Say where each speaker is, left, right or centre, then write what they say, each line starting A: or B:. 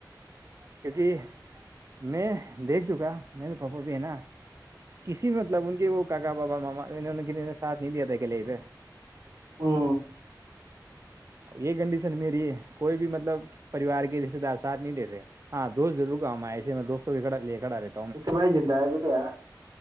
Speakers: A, on the right; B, on the right.
A: کیونکہ میں <unintelligible> دیکھ چکا میرے پاپا بھی ہے نا کسی مطلب ان کے وہ کاکا بابا ماما ان ساتھ نہیں دیا تھا اکلے پہ <unintelligible>
B: ہوں
A: یہ کنڈیشن میری ہے کوئی بھی مطلب پریوار کے د ساتھ نہیں دے رہے ہاں دوست ضر گا ہم میں ایسے میں دوستوں ک لے کھا رہتا <unintelligible>
B: ایکت بائی جند ہے بت آ